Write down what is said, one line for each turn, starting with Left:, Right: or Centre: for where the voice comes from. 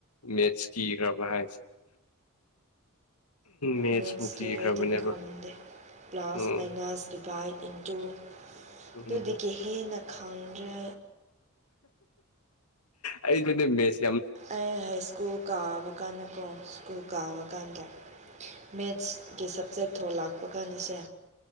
Left: ꯃꯦꯠꯁ ꯀꯤꯈ꯭ꯔꯕ ꯍꯥꯏꯁꯦ ꯃꯦꯠꯁꯄꯨ
Right: ꯃꯦꯠꯁ
Left: ꯀꯤꯈ꯭ꯔꯕꯅꯦꯕ
Right: ꯗꯦ ꯑꯩꯗꯤ ꯉꯥꯝꯗꯦ ꯄꯥꯂꯁ
Left: ꯎꯝ
Right: ꯃꯥꯢꯅꯥꯁ ꯗꯤꯚꯥꯏꯠ ꯏꯟꯇꯨ ꯑꯗꯨꯗꯤꯗꯒꯤ
Left: ꯎꯝ
Right: ꯍꯦꯟꯅ ꯈꯪꯗ꯭ꯔꯦ
Left: ꯑꯩ ꯆꯅꯦ ꯃꯦꯁ <inaudible>
Right: ꯑꯩ ꯁ꯭ꯀꯨꯜ ꯀꯥꯕ ꯀꯥꯟꯗꯀꯣ ꯁ꯭ꯀꯨꯜ ꯀꯥꯕ ꯀꯥꯟꯗ ꯃꯦꯠꯁꯀꯤ ꯁꯞꯖꯦꯛ ꯊꯣ ꯂꯥꯛꯄ ꯀꯥꯟꯗꯁꯦ